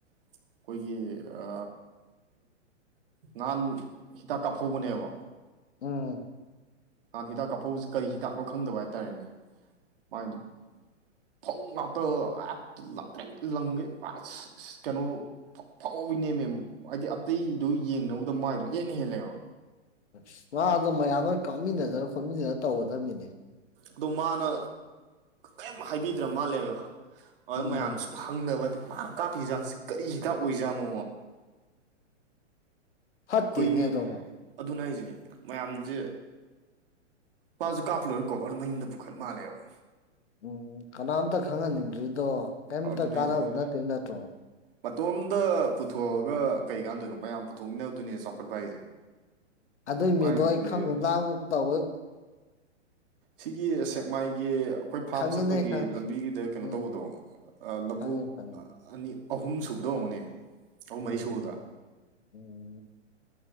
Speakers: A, on the right (about 45°); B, on the left (about 65°).
A: ꯑꯩꯈꯣꯏꯒꯤ ꯑ ꯉꯍꯥꯟ ꯍꯤꯗꯥꯛ ꯀꯥꯞꯍꯧꯕꯅꯦꯕ
B: ꯎꯝ
A: ꯅꯍꯥꯟ ꯍꯤꯗꯥꯛ ꯀꯥꯞꯐꯧꯕꯁꯤ ꯀꯔꯤ ꯍꯤꯗꯥꯛꯅꯣ ꯈꯪꯗꯕ ꯍꯥꯏꯇꯥꯔꯦꯅꯦ ꯃꯥꯥꯏꯗꯣ ꯐꯧ ꯉꯥꯛꯇ ꯍꯦꯛꯇ ꯂꯪꯇ꯭ꯔꯤꯛ ꯂꯩꯒꯩ <unintelligible> ꯀꯩꯅꯣ ꯐꯥꯎꯚꯤꯅꯦꯃꯦ ꯍꯥꯏꯗꯤ ꯑꯇꯩꯗꯨ ꯌꯦꯡꯅꯕꯗ ꯃꯥꯏꯗꯨꯅ ꯏꯍꯦꯟꯅ ꯍꯦꯜꯂꯦꯕ
B: ꯑꯁ ꯃꯥꯗꯣ ꯃꯌꯥꯝ ꯗꯨꯒ ꯀꯥꯞꯃꯤꯟꯅꯗꯅ ꯈꯣꯠꯃꯤꯟꯅꯔ ꯇꯧꯒꯗꯕꯃꯤꯅꯦ
A: ꯑꯗꯣ ꯃꯥꯅ ꯀꯔꯤꯝ ꯍꯥꯏꯕꯤꯗ꯭ꯔ ꯃꯥꯜꯂꯦꯕ ꯑꯗꯨꯗ
B: ꯎꯝ
A: ꯃꯌꯥꯝꯅ ꯁꯨꯝ ꯍꯪꯅꯕ ꯇꯥꯔꯦ ꯃꯥꯅ ꯀꯥꯞꯄꯤ ꯍꯤꯗꯥꯛꯁꯤ ꯀꯔꯤ ꯍꯤꯗꯥꯛ ꯑꯣꯏꯖꯥꯠꯅꯣ
B: ꯐꯠꯇꯦꯅꯦ
A: ꯑꯩꯈꯣꯏ
B: ꯑꯗꯨꯃ
A: ꯑꯗꯨꯅꯦ ꯍꯥꯏꯁꯦ ꯃꯌꯥꯝꯁꯦ ꯃꯥꯁꯦ ꯀꯥꯞꯄꯥ ꯂꯣꯏꯔ ꯀꯣꯚꯔꯗꯨ ꯃꯌꯨꯝꯗ ꯄꯨꯈꯠ ꯃꯥꯜꯂꯦꯕ
B: ꯎꯝ ꯀꯅꯥꯝꯇ ꯈꯪꯍꯟꯅꯤꯡꯗ꯭ꯔꯤꯗꯣ ꯀꯩꯝꯇ
A: ꯑ ꯑꯗꯨꯅꯦ
B: ꯀꯥꯟꯅꯕ
A: ꯍꯥꯏꯁꯦ
B: ꯅꯠꯇꯦ ꯅꯠꯇ꯭ꯔꯣ
A: ꯃꯇꯣꯝꯗ ꯄꯨꯊꯣꯛꯑꯒ ꯀꯩꯀꯥꯟꯅꯗꯣꯏꯅꯣ ꯃꯌꯥꯝ ꯄꯨꯊꯣꯛꯃꯤꯟꯅꯕꯗꯨꯅꯦ ꯆꯥꯎꯈꯠꯄ ꯍꯥꯏꯁꯦ
B: ꯑꯗꯨꯒꯤ
A: ꯃꯥꯏꯗꯨꯗꯤ
B: ꯃꯤꯗꯣ ꯑꯩ ꯈꯪꯉꯨꯞ ꯂꯥꯛꯀꯨꯝ ꯇꯧꯋꯦ
A: ꯁꯤꯒꯤ ꯁꯦꯛꯃꯥꯏꯒꯤ ꯑꯩꯈꯣꯏ ꯐꯥꯔꯝ
B: ꯈꯪꯉꯤꯅꯦ
A: ꯆꯠꯄꯒꯤ
B: ꯈꯪꯉꯤ
A: ꯂꯝꯕꯤꯒꯤꯗ ꯀꯩꯅꯣ
B: ꯎꯝ
A: ꯇꯧꯕꯗꯣ ꯑ ꯂꯧꯕꯨꯛ
B: ꯈꯪꯉꯦ ꯈꯪꯉꯤ
A: ꯑꯅꯤ ꯑꯍꯨꯝ ꯁꯨꯕꯗꯣ ꯑꯣꯏꯔꯝꯒꯅꯤ ꯑꯍꯨꯝ
B: ꯎꯝ
A: ꯃꯔꯤ ꯁꯨꯕꯗ
B: ꯎꯝ